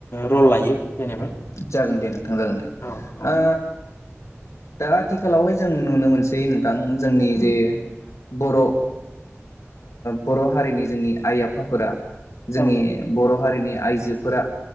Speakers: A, on the left (about 50°); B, on the left (about 85°).
A: रल लायो? जेनेबा
B: जागोन दे नोंथां जागोन दे
A: औ औ
B: ओ दा आथिखालावहाय जों नुनो मोनसै नों । जोंनि जे बर' ओ बर' हारिनि जोंनि आइ आफाफोरा जोंनि
A: औ
B: बर' हारि हारिनि आइजोफोरा